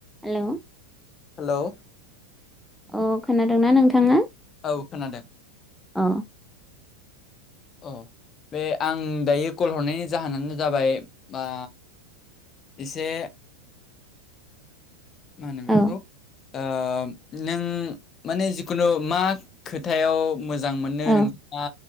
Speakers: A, in the centre; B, on the left.
A: हेल'
B: हेलौ
A: अ खोनादोंना नोंथांङा?
B: औ खोनादों
A: अ
B: अ बे आं दायो कल हरनायनि जाहोनानो जाबाय मा इसे मा होनो
A: औ
B: बेखौ ओ नों माने जिखुनु मा खोथायाव मोजां मोनो
A: औ
B: नोंथाङा